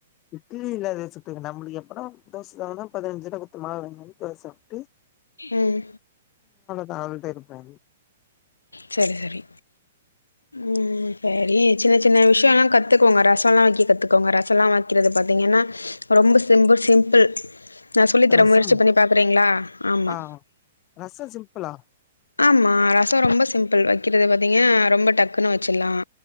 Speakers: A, on the left (about 30°); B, on the left (about 80°).
A: இட்லி இல்ல அது சுத்துக்க நம்மளுக்கு எப்பலா தோச வேணுன்னா பதினஞ்சு ரூவா குடுத்து மாவு வாங்கியாந்து தோச சாப்ட்டு
B: உம்
A: நா அதுட்ட இருப்பே
B: செரி சரி உம் ம் சேரி சின்ன சின்ன விஷயோல்லா கத்துக்கோங்க ரசோல்லா வக்க கத்துக்கோங்க ரசோல்லா வைக்கிறது பாத்தீங்கன்னா ரொம்ப சிம்புள் சிம்பிள் நா சொல்லித்தரே
A: ரசமா
B: முயற்சி பண்ணி பாக்குறீங்களா ஆமா
A: ஆ ரசோ சிம்பிளா
B: ஆமா ரசம் ரொம்ப சிம்பிள் வைக்கிறது பாத்தீங்கன்னா ரொம்ப டக்குன்னு வச்சிடலாம்